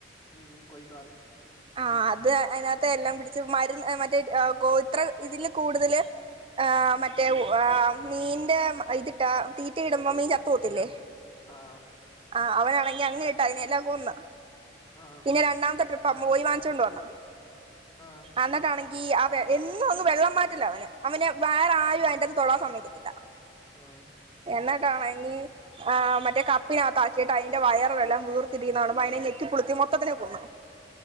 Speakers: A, on the left; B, on the right.
A: ഉം കൊയ് കളർ
B: ആ അത് അതിനാത്തെ എല്ലാം പിടിച്ച് മരുന്ന് മറ്റേ ഗോത്ര ഇതില് കൂടുതല് ഏഹ് മറ്റേ ഏഹ് മീന്റെ ഇതിട്ടാ തീറ്റ ഇടുമ്പോ
A: തീറ്റ
B: മീൻ ചത്ത് പോത്തില്ലേ
A: ആഹ്
B: ആ അവനാണെ അങ്ങിട്ട് അതിനെ എല്ലാം കൊന്ന്
A: ആഹ്
B: പിന്നെ രണ്ടാമത്തെ ട്രിപ്പ് പ്പൊ അവൻ പോയി വാങ്ങിച്ചോണ്ട് വന്ന്
A: ആഹ് ആഹ്
B: എന്നിട്ടാണെങ്കി ആ എന്നും അങ്ങ് വെള്ളം മാറ്റി ല്ല അവന് അവനെ വേറെ ആരും യെന്തദ് <unintelligible> തൊടാൻ സമയിക്കത്തില്ല
A: ആഹ്
B: എന്നട്ടാണെങ്കിൽ ആ മറ്റേ കപ് പ്പിന്റെഗത്താക്കിട്ട് അതിന്റെ വയർ എല്ലാം വീർത്തിരിക്കുന്നത് കാണുമ്പോ അതിനെ നെക്കിളിപിളിത്തി മൊ തത്തിനെ കൊന്ന്